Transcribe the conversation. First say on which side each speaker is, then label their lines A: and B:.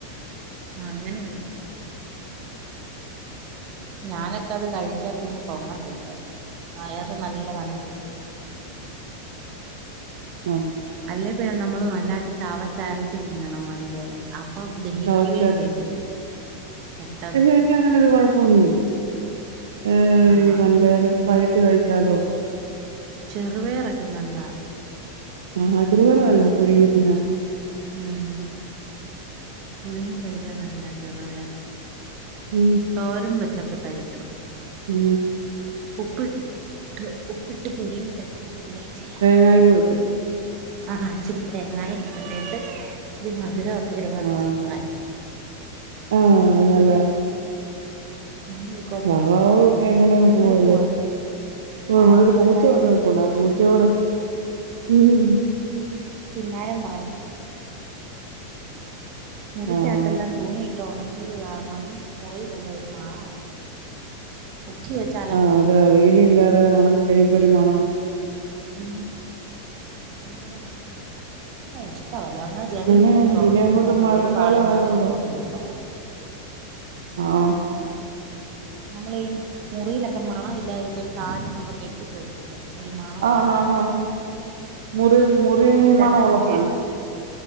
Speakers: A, on the right; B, on the right.
A: ആ അങ്ങനെയുണ്ട്. ഞാനൊക്കെ അത് കഴിച്ചാ പിന്നെ പൊങ്ങത്തില്ല. വയറ് നല്ല പണി തരും.
B: ആഹ്.
A: അല്ലേ പിന്നെ നമ്മള് നല്ലായിട്ട് ചാവച്ചരച്ച് തിന്നണം വൻപയറ്. അപ്പം ദഹിക്കുകയും
B: ചവച്ചരി
A: ചെയ്യും. പെട്ടെന്ന്
B: പക്ഷെ എനിക്ക് അങ്ങനെ ഒരു കുഴപ്പൊന്നുമില്ല. ഏ
A: ആഹ്
B: ഈ വൻപയറ് വേ വിച്ച് കഴിച്ചാലോ.
A: ചെറുപയറൊക്കെ നല്ലാ.
B: ആഹ് ചെറുപയറ് നല്ലാ പുഴുങ്ങി തിന്നാൻ.
A: ഉം പുഴുങ്ങി കഴിക്കാൻ നല്ലാ ചെറുപയറ്.
B: ഉം
A: തോരൻ വെച്ചൊക്കെ കയി ക്കണം.
B: ഉം
A: ഉപ്പി ട്ട് ഉപ്പിട്ട് പുഴുങ്ങി കയി ച്ചാൽ നല്ല രുചിയാ.
B: തേങ്ങായും കൂടിട്ട്
A: ആഹ് ഇച്ചിരി തേങ്ങായി ചെരണ്ടിയിട്ട് ഇച്ചിരി മധുര ഇടുവാണെ
B: ആഹ്
A: സൂപ്പറായിട്ടുണ്ട്. <unintelligible>
B: ആഹ് നല്ലതാ.
A: <unintelligible>
B: വാവാ വു ക്കെ എങ്ങനെ പോവല്ല
A: എടുക്കുവാ
B: ഓ
A: പാവം
B: ഇവിടെ ഒരു പൂച്ച
A: വെക്കാതിരിക്കാൻ
B: വന്ന് നിപ്പുണ്ട്
A: പറ്റത്തില്ല
B: ആ പൂ ച്ചോട് ഉം.
A: കിന്നാരം പറയാം. മുറിക്കകത്തെല്ലാം
B: ആഹ്
A: തുണിയിട്ട് ഉണങ്ങിയത് കാരണം മുറിയിലെല്ലാം ഒരു മണമാ. ഖ്യെച്ചാര <unintelligible>
B: ആഹ് അതാ വെയിലില്ലാതെ ഒണങ്ങി കഴിയുമ്പൊ ഒരു മണവ
A: അ അങ്കരമാ <unintelligible> ആ ഇഷ്ടമല്ല എന്നാൽ ജല്ലൊന്നും
B: അങ്ങനെ ചെയ്യാൻ പറ്റും
A: തുറക്കുന്നില്ലാത്ത
B: ഇനി അങ്ങോട്ട് മഴക്കാലം
A: ഒരു പാളി
B: ആയോണ്ട്
A: മാത്രമ തുറന്ന കൊടുത്തുള്ളൂ
B: ആഹ
A: ആ നമ്മളീ മുറിയിലൊക്കെ മണം ഇല്ലാതിരിക്കാൻ ഒരു സാനം നമ്മൾ കെട്ടി ഇചിരി മണ
B: ആഹ്
A: ഉള്ളതക്കെ
B: ആഹ് ആഹ് ആഹ് മുറി
A: ആഹ
B: മുറി
A: ഇനി അത് ര
B: മണമുള്ള
A: ണ്ടണം മേടിക്കണം
B: സാനം